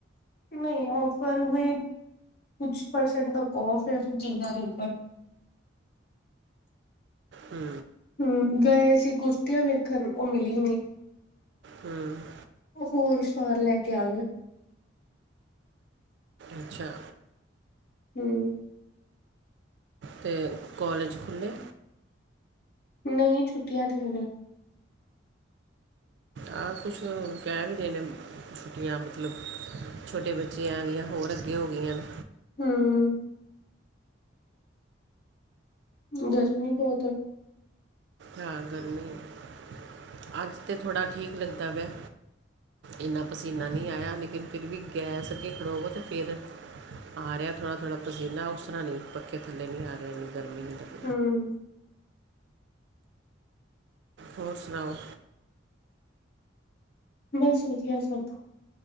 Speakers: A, on the left; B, on the right.
A: ਨਈ ਔਫਰ ਓਈ ਕੁਛ ਪਰਸੈਂਟ ਤੱਕ ਔਫ ਐ ਕੁਛ ਚੀਜ਼ਾਂ ਦੇ ਉਪਰ।
B: ਹੂੰ।
A: ਹੂੰ ਗਏ ਸੀ ਕੁਰਤੀਆਂ ਵੇਖਣ ਓ ਮਿਲੀ ਨੀ।
B: ਹੂੰ
A: ਓ ਹੋਰ ਈ ਸਮਾਨ ਲੈ ਕੇ ਆਗੇ।
B: ਅੱਛਾ।
A: ਹੂੰ।
B: ਤੇ ਕੋਲੇਜ ਖੁੱਲ੍ਹੇ?
A: ਨਈ ਛੁੱਟੀਆਂ ਥੇ ਹੈਗਾ।
B: ਆ ਕੁਛ ਕੈ ਵੀ ਰੇਣੇ ਛੁੱਟੀਆਂ ਮਤਲਬ। ਛੋਟੇ ਬੱਚੇਆਂ ਦੀਆਂ ਹੋਰ ਅੱਗੇ ਹੋ ਗਈਆਂ ਨੇ।
A: ਹੂੰ। ਗਰਮੀ ਬੋਤ ਆ।
B: ਹਾਂ ਗਰਮੀ ਐ। ਅੱਜ ਤੇ ਥੋੜ੍ਹਾ ਠੀਕ ਲੱਗਦਾ ਪਿਆ ਐ। ਏਨਾ ਪਸੀਨਾ ਨੀ ਆਇਆ ਲੇਕਿਨ ਫਿਰ ਵੀ ਗੈਸ ਅੱਗੇ ਖੜੋਵੋ ਤੇ ਫੇਰ ਆ ਰਿਹਾ ਥੋੜ੍ਹਾ ਥੋੜ੍ਹਾ ਪਸੀਨਾ ਓਸਤਰਾ ਨੀ। ਪੱਖੇ ਥੱਲੇ ਨ੍ਹੀਂ ਆ ਰਿਹਾ। ਇੰਨੀ ਗਰਮੀ ਨੀ ਲ
A: ਹੂੰ।
B: ਹੋਰ ਸੁਣਾਓ।
A: ਬਸ ਵਧੀਆ ਸਭ।